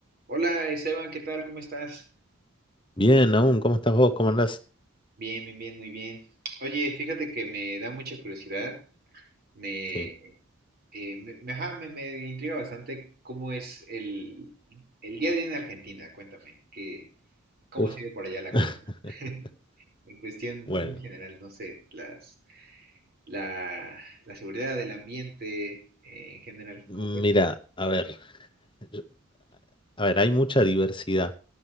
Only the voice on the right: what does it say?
Hola Esteban, ¿qué tal? ¿Cómo estás?
Bien, bien, bien, muy bien. Oye, fíjate que me da mucha curiosidad, me,
eh, me, me- ajá, me- me intriga bastante cómo es el, el día a día en Argentina, cuéntame, que, ¿cómo
se ve por allá la
cosa? <laughs> En cuestión
muy general, no sé, las, la, la seguridad del ambiente eh, en general,
¿cómo cuéntame?